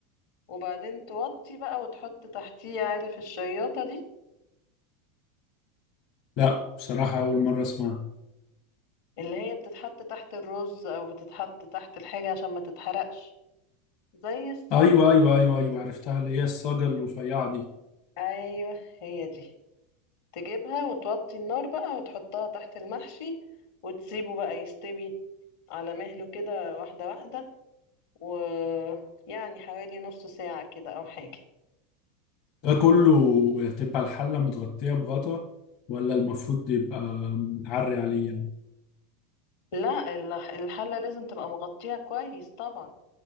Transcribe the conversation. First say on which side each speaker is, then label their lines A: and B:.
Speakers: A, on the left; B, on the left.
A: وبعدين توطي بقى وتحط تحتيه عارف الشياطة دي
B: لا بصراحة أول مرة أسمعها
A: اللي هي بتتحط تحت الرز او بتتحط تحت الحاجة عشان ما تتحرقش زي الصاج
B: أيوة أيوة أيوة أيوة عرفتها اللي هي الصاجة الرفيعة دي
A: ايوه هي دي تجيبها وتوطي النار بقى وتحطها تحت المحشي وتسيبه بقى يستوي على مهله كده واحدة واحدة ويعني حوالي نص ساعة كده أو حاجة
B: ده كله هتبقى الحلة متغطية بغطا ولا المفروض يبقى متعري عليه يعني
A: لا الح- الحلة لازم تبقى مغطيها كويس طبعا